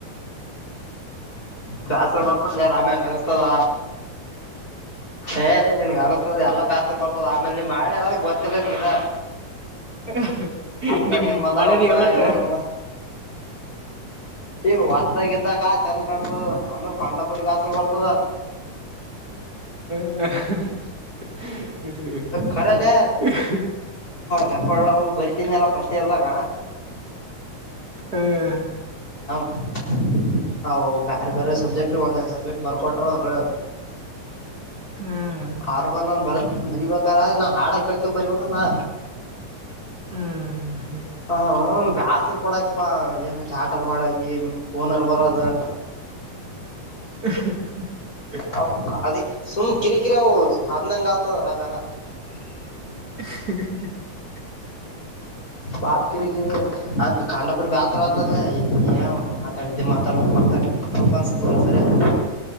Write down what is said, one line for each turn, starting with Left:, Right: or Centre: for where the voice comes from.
Left: ಬ್ಯಾಸರ ಬರ್ತದ ಲೆ ರಾಮ್ಯಾ ಅಂಗ ಅನಿಸ್ತದ. ಏ ನಿನಗ ಅನಸ್ತದ ಎಲ್ಲಾ ಬ್ಯಸ್ರ್ ಬರ್ತದ ಆಮೇಲೆ ನೀ ಮಾಡಿಲ್ಲ ಅದಕ್ಕ ಗೊತ್ತಿಲ್ಲ ನಿನ.
Right: <unintelligible>
Left: ತಾನ ಏನ್ ಮಾತಾಡಬೇಕು
Right: ಮಳೆನ
Left: ಪ
Right: ಎಲ್ಲಟ
Left: ಇ ನೌನ. ಇ ಹೊಸದಾಗ ಇದಾಗ ಚೆಂದ ಕಾಣ್ಸದ ಆಮೇಲ ಕಂಡ ಪಟ್ಟಿ. ಕಂಡ ಪಟ್ಟಿ ಬ್ಯಾಸರ ಬರ್ತದ.
Right: <unintelligible>
Left: ಖರೇಲೆ ರೆಕಾರ್ಡ್ ಅವು ಇವು ಬರಿತಿದೇ ಅಲ್ಲ ಫಸ್ಟ್ ಇಯರ್ದಾಗ.
Right: ಹ್ಮ್.
Left: <inaudible> ಅವು ಬೇರೆ ಬೇರೆ ಸಬ್ಜೆಕ್ಟ್ ಒಂದೊಂದೆ ಸಬ್ಜೆಕ್ಟ್ ಬರದು ಕೊಟ್ಟರ ಅವರು.
Right: ಹ್ಮ್ಮ.
Left: ಆರ್ಗನ ಒಂದು ಬರದ ಬರಿಬೇಕಾರ ನಾ ಹಾಡ ಕೇಳಕೊಂಡು ಬರಿಬೇಕ ನಾ.
Right: ಹ್ಮ್.
Left: ಹ್ಮ್ಮ್ ಹ ಬ್ಯಾಸರ್ ಕೊಡ. ಪ್ಪ ಏನ ಚಾಟರ್ ಮಾಡಕಿ ಫೋನರ ಬರೋದು.
Right: <unintelligible>
Left: ಅವು ಕಾಲ್ಡಿಕಿ ಅವು ಸುಮ್ ಕಿರಿಕಿರಿ ಅವು ಅಂದಂಗ ಆಗತದ ಏನು ಯಾವ್.
Right: <unintelligible>
Left: ಬಾಳ ಕಿರಿಕಿರಿ. ಅದ್ ಖಂಡ ಪಟ್ಟ ಬ್ಯಾಸರ ಆತದ ಏ ಮಾತಾಡಿದ್ದೆ ಮಾತಾಡ್ಬೇಕ ಮಾತಾಡಬೇಕು ಅನ್ಸುತ್ತ ಒಂದಸ. ಬರೆಕತಿ.